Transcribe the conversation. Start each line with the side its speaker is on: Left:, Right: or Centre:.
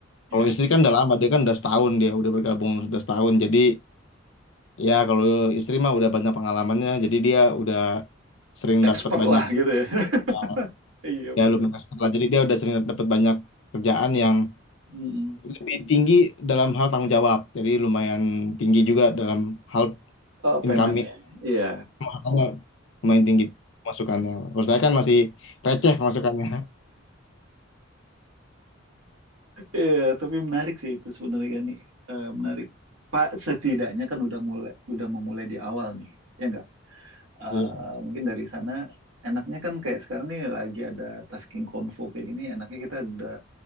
Right: Ya,
Left: Kalau istri kan udah lama, dia kan udah setahun dia udah bergabung udah setahun. Jadi ya kalau istri mah udah banyak pengalamannya, jadi dia udah sering
Right: expert
Left: dapat banyak
Right: lah gitu ya. <laughs>
Left: eh,
Right: Iya,
Left: ya
Right: benar.
Left: lumayan expert lah. Jadi dia udah sering dapat banyak kerjaan yang
Right: Mm-mm.
Left: lebih tinggi dalam hal tanggung jawab. Jadi lumayan tinggi juga dalam hal
Right: Oh,
Left: income
Right: paymentnya, iya,
Left: Makanya lumayan
Right: Hmm.
Left: tinggi masukannya. Kalau saya kan masih receh masukannya. <laughs>
Right: iya, tapi menarik sih itu sebenarnya kan nih, Eh, menarik. Pak setidaknya kan udah mulai, udah memulai di awal nih, ya nggak? Eh,
Left: Iya,
Right: mungkin dari sana enaknya kan kayak sekarang nih lagi ada tasking konvo kayak gini, enaknya kita udah